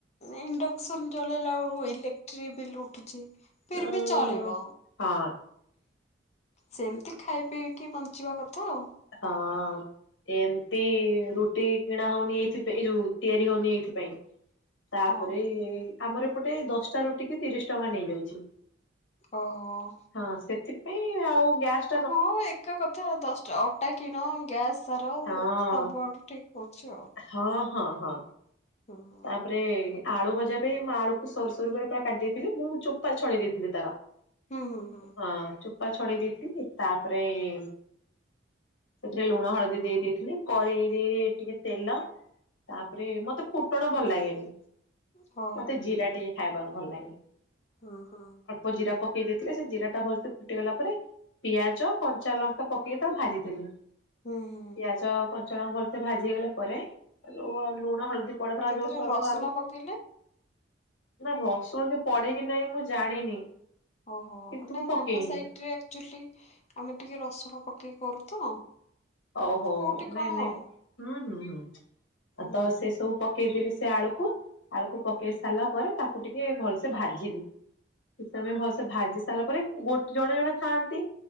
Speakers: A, on the left (about 35°); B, on the left (about 80°).
A: ଇଣ୍ଡକ୍ସନ ଜଳେଇଲା ବେଳକୁ ଇଲେକ୍ଟ୍ରି ବିଲ୍ ଉଠୁଚି। ଫିର୍
B: ଉଁ
A: ବି ଚଳିବ।
B: ହଁ।
A: ସେମିତି ଖାଇ ପିଇକି ବଞ୍ଚିବା କଥା ଆଉ।
B: ହଁ। ଏମତି ରୁଟି କିଣା ହଉନି ଏଇଥିପାଇଁ ଏଯଉ ତିଆରି ହଉନି ଏଇଥିପାଇଁ। ତାପରେ
A: ହଁ
B: ଆମର ଏପଟେ ଦଶଟା ରୁଟି କି ତିରିଶ ଟଙ୍କା ନେଇଯାଉଛି।
A: ଓହୋ
B: ହଁ ସେଥିପାଇଁ ଆଉ ଗ୍ୟାସ୍-
A: ହଁ ଏକା କଥା ଆଉ ଦଶ ଅଟା କିଣ ଗ୍ୟାସ୍ ସାର
B: ହଁ
A: ସବୁଆଡ଼ୁ ଠିକ ହଉଛି ଆଉ।
B: ହଁ ହଁ ହଁ
A: ହଁ
B: ତାପରେ ଆଳୁ ଭଜା ପାଇଁ ମୁଁ ଆଳୁକୁ ସରିଷ ସରୁ ସରୁ ପୁରା କାଟି ଦେଇଥିଲି ମୁଁ ଚୋପା ଛଡେଇ ଦେଇଥିଲି ତାର।
A: ହୁଁ ହୁଁ
B: ହଁ ଚୋପା ଛଡେଇ ଦେଇଥିଲି ତାପରେ ଏଇ ସେଥିରେ ଲୁଣ ହଳଦୀ ଦେଇ ଦେଇଥିଲି କଡ଼େଇରେ ଟିକେ ତେଲ ତାପରେ ମୋତେ ଫୁ ଫୁଟଣ ଭଲ ଲାଗେନି
A: ହଁ
B: ମୋତେ ଜିରା ଟିକେ ଖାଇବାକୁ ଭଲ ଲାଗେ
A: ହୁଁ ହୁଁ।
B: ତ ଜିରା ପକେଇ ଦେଇଥିଲେ ସେ ଜିରା ଟା ଭଲସେ ଫୁଟିଗଲା ପରେ ପିଆଜ କଞ୍ଚା ଲଙ୍କା ପକେଇକି ତାକୁ ଭାଜିଥିଲି।
A: ହୁଁ ହୁଁ
B: ପିଆଜ କଞ୍ଚାଲଙ୍କା ଭଲସେ ଭାଜି ହେଇଗଲା ପରେ ଆଉ ଲୁଣ ହଳଦୀ ପଡିଥିଲା
A: ସେଥିରେ
B: ଯୋଉ ସରୁ
A: ରସୁଣ
B: ଆଳୁ
A: ପକେଇଲେ
B: ନା ରସୁଣ କି ପଡେ କିି ନାଇଁ ମୁଁ ଜାଣିନି।
A: ଓହୋ
B: କିନ୍ତୁ
A: ନାଇଁ
B: ମୁଁ ପକେଇନି
A: ଆମ ସାଇଟରେ ଆକ୍ ଚୁଲି ଆମେ ଟିକେ ରସୁଣ ପକେଇ କରୁ ତ
B: ଓହୋ
A: କୋଉଠି
B: ନାଇଁ
A: କଣ
B: ନାଇଁ
A: ଆଉ
B: ହୁଁ ହୁଁ ହୁଁ
A: ହୁଁ
B: ତ ସେ ସବୁ ପକେଇଦେଲି ସେ ଆଳୁକୁ ଆଳୁକୁ ପକେଇ ସାରିଲା ପରେ ତାକୁ ଟିକେ ଭଲସେ ଭାଜିଲି। କିଛି ସମୟ ଭଲସେ ଭାଜି ସାରିଲା ପରେ ଗୋଟେ ଜଣେ ଜଣେ ଥାଆନ୍ତି